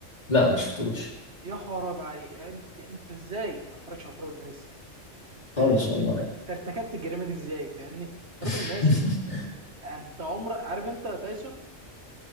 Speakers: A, on the left (about 35°); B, on the right (about 55°).
A: لا ما شفتوش
B: يا خراب عليك أنت أنت إزاي ما اتفرجتش على تراب الماس؟ أنت
A: خالص
B: أنت
A: والله
B: أنت ارتكبت الجريمة دي إزاي فاهمني؟
A: <laughs>
B: تراب الماس أنت عمر عارف أنت تايسون